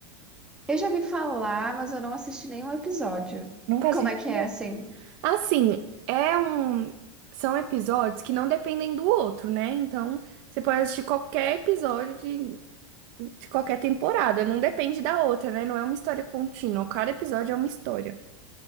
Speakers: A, in the centre; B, on the right.
A: Eu já vi falar, mas eu não assisti nenhum episódio.
B: Nunca assistia?
A: Como é que é, assim?
B: Assim, é um. São episódios que não dependem do outro, né? Então, você pode assistir qualquer episódio de, de qualquer temporada, não depende da outra, né? Não é uma história contínua. Cada episódio é uma história.